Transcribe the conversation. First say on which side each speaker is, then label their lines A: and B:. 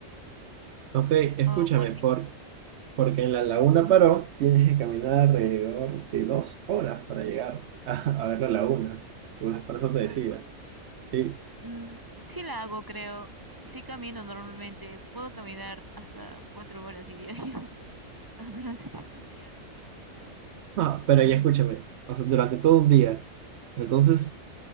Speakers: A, on the right; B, on the right.
A: Ok, escúchame,
B: o porque
A: por, Porque en la Laguna Paró tienes que caminar alrededor de dos horas para llegar a, a ver la laguna. Pues por
B: dos
A: eso te decía.
B: horas.
A: Sí.
B: Mm, sí la hago, creo. Sí camino normalmente. Puedo caminar hasta cuatro horas, diría <laughs> yo, durante todo un día, ¿no?
A: No, pero
B: Ujú.
A: ya escúchame. O sea, durante todo un día. Entonces,